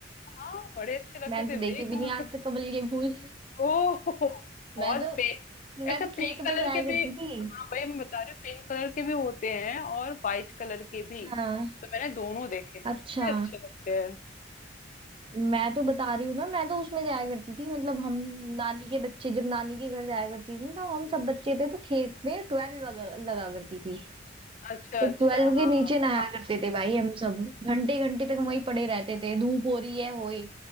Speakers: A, on the left (about 40°); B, on the right (about 30°).
A: हाँ बड़े अच्छे लगते
B: मैंने
A: थे
B: तो
A: भाई
B: देखे भी
A: कहाँ
B: नहीं आज
A: से-
B: तक कमल के फूल
A: ओ बहुत
B: मैं तो
A: पिंक
B: मैं
A: ऐसा
B: तो खेत
A: पिंक
B: में
A: कलर
B: जाया
A: के भी
B: करती थी
A: हाँ भाई मैं बता रही हूँ पिंक कलर के भी होते हैं और वाइट कलर के भी
B: हाँ
A: तो मैंने दोनों देखे बड़े
B: अच्छा
A: अच्छे लगते हैं
B: मैं तो बता रही हूँ ना मैं तो उसमें जाया करती थी मतलब हम नानी के बच्चे जब नानी के घर जाया करती थी तो हम
A: हम्म,
B: सब बच्चे थे तो खेत में ट्वेल्व लगा, लगा करती थी
A: अच्छा
B: तो
A: अच्छा
B: ट्वेल्व के
A: हाँ
B: नीचे नहाया
A: हाँ
B: करते थे भाई हम सब घंटे घंटे तक वहीं पड़े रहते थे धूप हो रही है होए